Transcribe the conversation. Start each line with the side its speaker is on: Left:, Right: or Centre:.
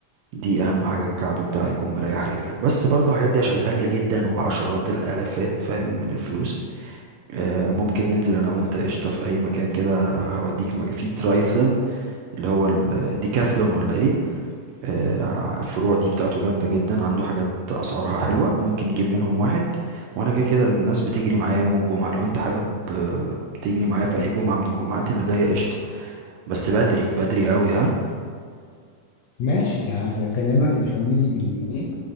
Right: دي اهم حاجة الكعب بتاعها يكون مريح رجلك بس برضو الحاجات دي عشان غالية جدا وبعشرات الالافات فاهم من الفلوس آه، ممكن ننزل انا وانت قشطة في اي مكان كده هوديك م- في ترايثلون اللي هو الديكاثلون ولا ايه آه، الفروع دي بتاعته جامدة جدا عنده حاجات اسعارها حلوة ممكن نجيب منهم واحد وانا كده كده الناس بتجري معايا يوم الجمعة لو انت حابب آه، تجري معايا في اي جمعة من الجمعات اللي جاية قشطة بس بدري بدري قوي ها
Left: ماشي هك- هكلمك الخميس بالليل